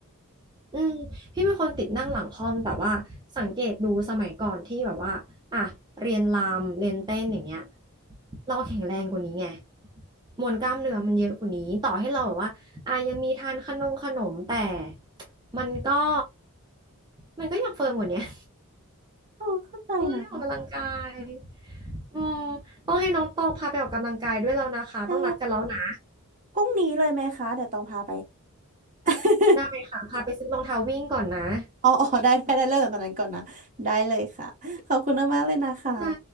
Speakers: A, on the right (about 20°); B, on the right (about 35°).
A: อืมพี่เป็นคนติดนั่งหลังคอมแต่ว่าสังเกตดูสมัยก่อนที่แบบว่าอ่ะเรียนรำเรียนเต้นอย่างเงี้ยเราแข็งแรงกว่านี้ไงมวลกล้ามเนื้อมันเยอะกว่านี้ต่อให้เราแบบว่าอ่ะยังมีทานขนมขนมแต่มันก็มันก็ยังเฟิร์มกว่าเนี้ย
B: ตองเข้าใจนะ
A: <laughs> เออได้ออกกำลังกายอืมต้องให้น้องตองพาไปออกกำลังกายด้วยแล้วนะคะต้องนัดกันแล้วนะ
B: ใช่พรุ่งนี้เลยไหมคะเดี๋ยวตองพาไป <laughs>
A: ได้ค่ะพาไปซื้อรองเท้าวิ่งก่อนนะ
B: อ๋ออ๋อได้ได้ได้เริ่มจากตอนนั้นก่อนนะได้เลยค่ะขอบคุณมากๆเลยนะคะ
A: ค่ะ